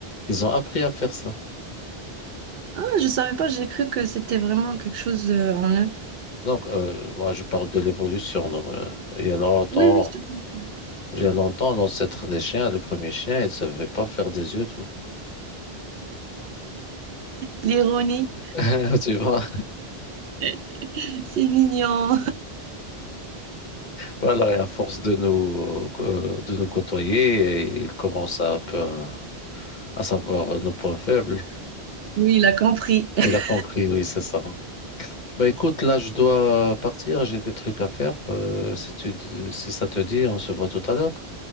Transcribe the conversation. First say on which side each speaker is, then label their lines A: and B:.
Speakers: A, on the left; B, on the right.
A: Ils ont appris à faire ça.
B: Ah, je savais pas. J'ai cru que c'était vraiment quelque chose euh, en eux.
A: Donc, euh, moi, je parle de l'évolution. non, euh, il y a longtemps,
B: Oui, oui, je te comprends.
A: il y a longtemps, l'ancêtre des chiens, le premier chien, il ne savait pas faire des yeux doux.
B: L'ironie,
A: <laughs> Tu vois?
B: <laughs> c'est mignon.
A: Voilà, et à force de nous, euh, de nous côtoyer, et il commence à, un peu à, à savoir nos points faibles.
B: Oui, il a compris. <laughs>
A: Il a compris, oui, c'est ça. Bah écoute, là, je dois partir, j'ai des trucs à faire. Euh, si tu, si ça te dit, on se voit tout à l'heure.